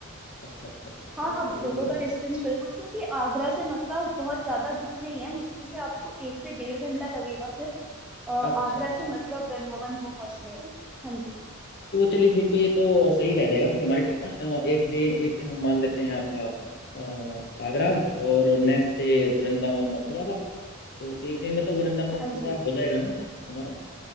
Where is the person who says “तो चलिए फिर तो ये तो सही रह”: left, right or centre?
Left